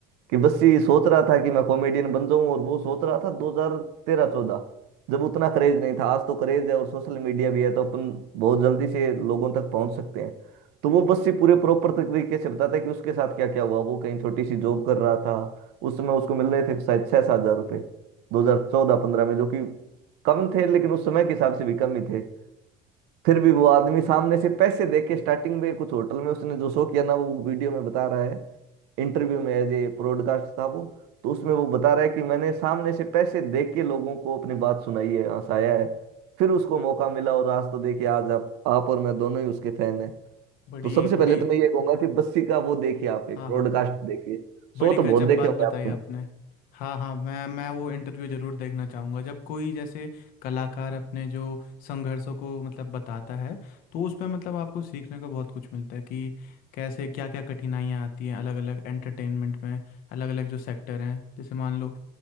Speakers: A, on the right (about 75°); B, on the left (about 60°).
A: कि बस्सी सोच रहा था कि मैं कॉमेडियन बन जाऊं और वो सोच रहा था 2013-14 जब उतना क्रेज नहीं था आज तो क्रेज है और सोशल मीडिया भी है तो अपन बहुत जल्दी से लोगों तक पहुंच सकते हैं तो वो बस्सी पूरे प्रॉपर तरीके से बताता है कि उसके साथ क्या क्या हुआ वो कहीं छोटी सी जॉब कर रहा था उस समय उसको मिल रहे थे शायद छः सात हजार रुपये दो हजार चौदह पंद्रह में जो कि कम थे लेकिन उस समय के हिसाब से भी कम ही थे फिर भी वो आदमी सामने से पैसे दे के स्टार्टिंग में कुछ होटल में उसने जो शो किया ना वो वीडियो में बता रहा है इंटरव्यू में एज ए ब्रॉडकास्ट था वो तो उसमें वो बता रहा है कि मैंने सामने से पैसे दे के लोगों को अपनी बात सुनाई है हंसाया है फिर उसको मौका मिला और आज तो देखिए आज आप आप और मैं दोनों ही उसके फैन हैं
B: बड़ी
A: तो सबसे पहले
B: बड़ी
A: तो मैं ये कहूंगा कि बस्सी का वो देखिए आप एक
B: हाँ
A: ब्रॉडकास्ट
B: हाँ
A: देखिए
B: बड़ी
A: शो तो
B: गजब
A: बहुत देखे
B: बात
A: होंगे
B: बताई
A: आपने
B: आपने हाँ हाँ मैं मैं वो इंटरव्यू ज़रूर देखना चाहूँगा जब कोई जैसे कलाकार अपने जो संघर्षों को मतलब बताता है तो उसमें मतलब आपको सीखने को बहुत कुछ मिलता है कि कैसे क्या क्या कठिनाइयाँ आती हैं अलग अलग एंटरटेनमेंट में अलग अलग जो सेक्टर हैं जैसे मान लो